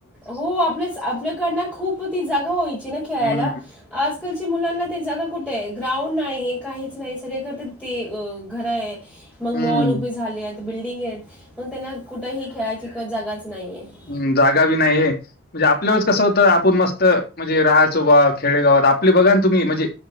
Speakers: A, in the centre; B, on the left.
A: हो आपल्या आपल्याकड ना खूप ती जागा व्हायची ना खेळायला
B: हं,
A: आजकालच्या मुलांना ते जागा कुठे आहे ग्राउंड नाही काहीच नाही सगळे कड तर ते घर आहे मग
B: हं.
A: मॉल उभे झाले आहेत बिल्डिंग आहेत मग त्यांना कुठंही खेळायची जागाच नाही आहे
B: हू जागा बी नाही म्हणजे आपल्यावेळेस कसं होत आपूण मस्त म्हणजे राहायचो बुवा खेडेगावात आपले बघा ना तुम्ही म्हणजे